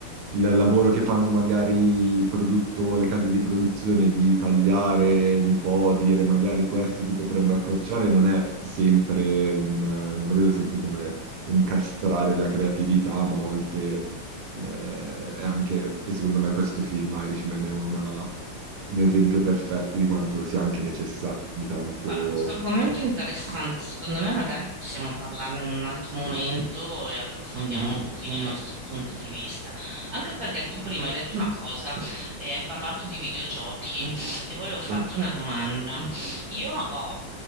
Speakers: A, on the right (about 85°); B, on the right (about 70°).
A: il lavoro che fanno magari i produtto- le case di produzione di tagliare un po', dire magari questo si potrebbe accorciare, non è sempre un, non lo vedo sempre come un castrare la creatività, ma a volte eh, è anche, e secondo me questo film Irishman è una- un esempio perfetto di quanto
B: Mm.
A: sia anche necessario di tanto...
B: Guarda, questo argomento è interessante, secondo me magari possiamo parlarne in un altro momento e approfondiamo
A: Mhm.
B: un pochino i nostri punti di vista, anche perché tu prima hai detto una cosa e hai parlato di videogiochi e volevo farti
A: Eh,
B: una domanda. Io ho